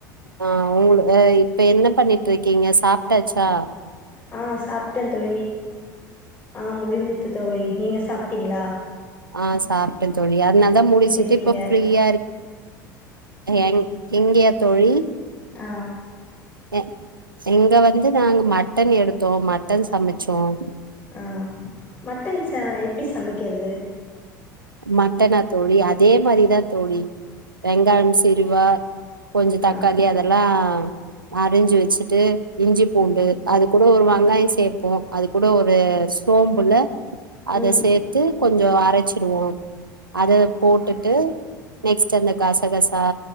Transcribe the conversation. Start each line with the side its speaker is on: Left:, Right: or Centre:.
Right: ஆஹ் உங்கள அ இப்ப என்ன பண்ணிட்டு இருக்கீங்க சாப்டாச்சா
Left: ஆஹ் சாப்ட்டேன் தோழி ஆஹ் முடிஞ்சித்து தோழி நீங்க சாப்பிட்டீங்களா
Right: ஆஹ் சாப் ப்டன் தோழி அதனால தா முடிச்சுட்டு
Left: இருக்கீங்க
Right: இப்ப ஃப்ரீயா இருக் என் இங்கியா தோழி
Left: ஆஹ்
Right: அ இங்க வந்து நாங்க மட்டன் எடு தோம் மட்டன் சமைச்சோம்
Left: ஆஹ் மட்டன் ச எப்படி சமைக் கிறது
Right: மட்டனா தோழி அத் இதே மாரிதா தோழி வெங் <unintelligible> சிருவா கொஞ்ச தக்காளி
Left: ஆ
Right: அதெல்லா அரிஞ்சு வச்சிட்டு இஞ்சி பூண்டு
Left: ம்
Right: அதுக்கூ ப்ரோம் ஒரு வங்காயம் சேப்போம் அது கூட ஒரு சோம்புல அத
Left: ம்
Right: சேத்து கொஞ்ச அரைச்சி திரும அத போட்டுட்டு
Left: ஆ
Right: நெக்ஸ்ட் அந்த கசகசா